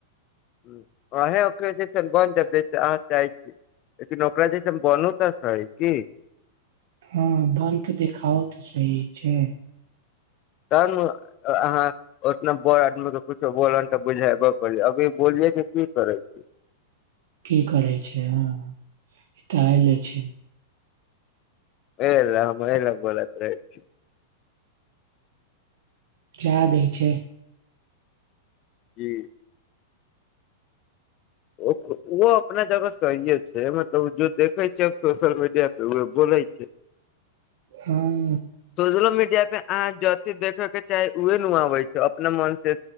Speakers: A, on the left (about 40°); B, on the right (about 65°).
A: ह्म्म अहैं ओकरा जैसन बन के जैसे अहाँ चाहै छी, लेकिन ओकरा जैसन बनू तऽ सही की।
B: हां बन के देखाबा तऽ सही छै।
A: तहन ने अ अहाँ ओतना बड़ आदमी के कुछो बोलन तऽ बुझाएबो करी, अभी बोलियै के की करै छी।
B: की करै छै, हाँ ई तऽ आएले छै।
A: ए लै हमरे लग <unintelligible>
B: जा दै छै।
A: जी। ओ उहो अपना जगह सहिये छै, मतलब जे देखै छै सोशल मीडिया पे उहे बोलै छै।
B: हां।
A: सोशलो मीडिया पे आज जथि देखे के चाही, उहे आबै छै, अपना मन से